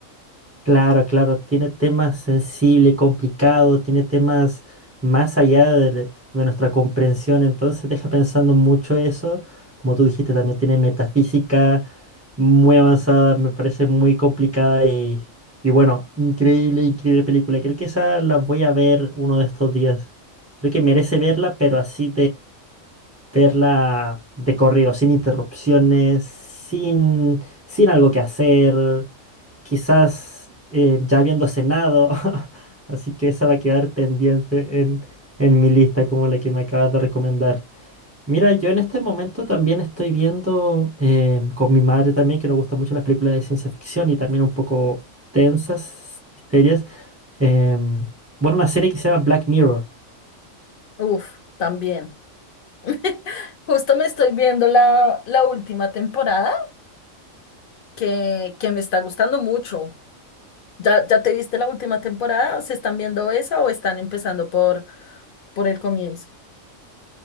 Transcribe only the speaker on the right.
Claro, claro, tiene temas sensibles, complicados, tiene temas más allá de, de nuestra comprensión, entonces deja pensando mucho eso. Como tú dijiste, también tiene metafísica muy avanzada, me parece muy complicada y, y bueno, increíble, increíble película. Creo que esa la voy a ver uno de estos días. Creo que merece verla, pero así verla de corrido, sin interrupciones, sin, sin algo que hacer, quizás eh, ya habiendo cenado. <laughs> Así que esa va a quedar pendiente en, en mi lista como la que me acabas de recomendar. Mira, yo en este momento también estoy viendo em, con mi madre también, que nos gustan mucho las películas de ciencia ficción y también un poco tensas, serias. em, bueno, una serie que se llama Black Mirror.